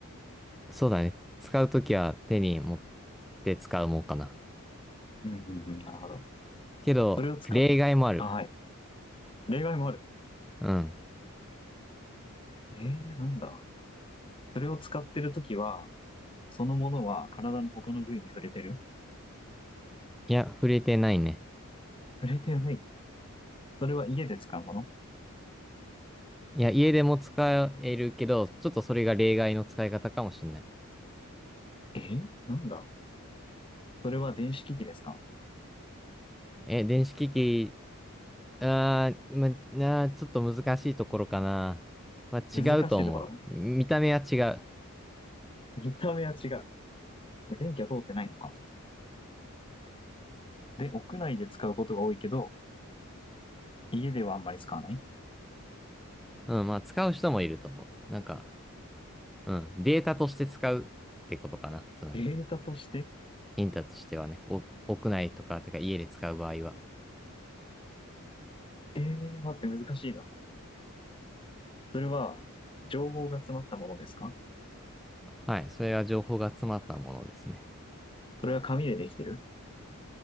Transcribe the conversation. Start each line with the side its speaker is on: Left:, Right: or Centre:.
Centre: そうだね。使うときは手に持って使うもんかな。
Left: うんうんうん。なるほど。
Centre: けど、
Left: それを使っ、
Centre: 例外もある。
Left: あ、はい。例外もある。
Centre: うん。
Left: えー、なんだ。それを使ってる時は、そのものは体の他の部位に触れてる
Centre: いや、触れてないね。
Left: 触れてない。それは家で使うもの
Centre: いや、家でも使えるけど、ちょっとそれが例外の使い方かもしんない。
Left: えー、なんだ。それは電子機器ですか
Centre: え、電子機器、あー、ま、なー、ちょっと難しいところかな。まあ、
Left: 難しいところ。
Centre: 違うと思う。見た目は違う。
Left: 見た目は違う。で電気は通ってないのか。で、屋内で使うことが多いけど、家ではあんまり使わない
Centre: うん、まあ、使う人もいると思う。なんか、うん。データとして使うってことかな。つまり。
Left: データとして
Centre: ヒントとしてはね、お、屋内とか、とか家で使う場合は。
Left: えー、待って難しいな。それは、情報が詰まったものですか
Centre: はい。それは情報が詰まったものですね。
Left: それは紙でできてる